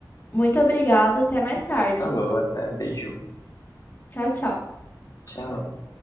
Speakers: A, on the left; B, on the left.
A: Muito obrigada, até mais tarde.
B: Falou, até, beijo.
A: Tchau, tchau.
B: Tchau.